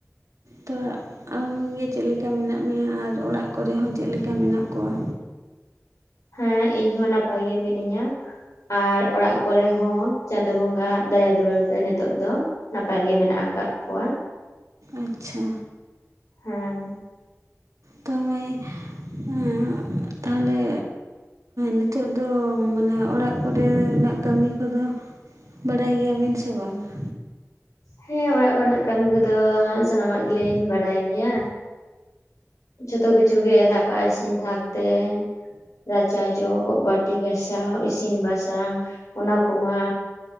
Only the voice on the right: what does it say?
ᱛᱚ ᱟᱢᱜᱮ ᱪᱮᱜ ᱞᱮᱠᱟ ᱢᱮᱱᱟᱜ ᱢᱮᱭᱟ ᱟᱨ ᱚᱲᱟᱜ ᱠᱚᱨᱮ ᱦᱚᱸ ᱪᱮᱜ ᱞᱮᱠᱟ ᱢᱮᱱᱟᱜ ᱠᱚᱣᱟ
ᱟᱪᱪᱷᱟ
ᱛᱚ ᱞᱟᱹᱭ ᱟᱸ ᱛᱟᱦᱚᱞᱮ ᱱᱤᱛᱚᱜ ᱫᱚ ᱢᱟᱱᱮ ᱚᱲᱟᱜ ᱠᱚᱨᱮᱱᱟᱜ ᱠᱟᱹᱢᱤ ᱠᱚᱫᱚ ᱵᱟᱲᱟᱭ ᱜᱮᱭᱟᱵᱤᱱ ᱥᱮ ᱵᱟᱝᱼᱟ